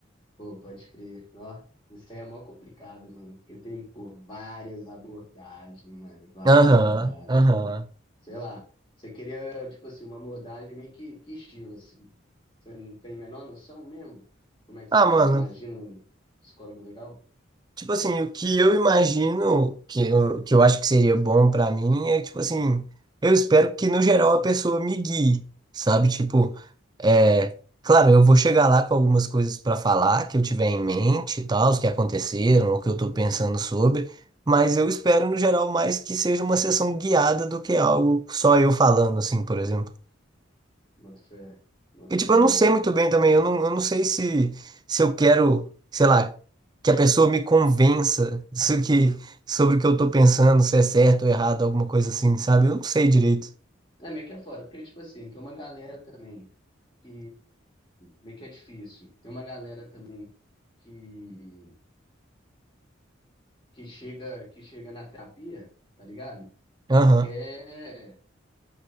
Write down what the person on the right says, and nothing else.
Aham,
aham.
Ah,
mano,
tipo assim, o que eu imagino que eu, que eu acho que seria bom pra mim é, tipo assim, eu espero que no geral a pessoa me guie, sabe? Tipo, é. Claro, eu vou chegar lá com algumas coisas pra falar que eu tiver em mente e tal, os que aconteceram, o que eu tô pensando sobre, mas eu espero no geral mais que seja uma sessão guiada do que algo só eu falando, assim, por exemplo.
E, tipo,
eu
não sei muito bem também. Eu não, eu não sei se, se eu quero, sei lá, que a pessoa me convença <laughs> se que, sobre o que eu tô pensando, se é certo ou errado, alguma coisa assim, sabe? Eu não sei direito.
Aham,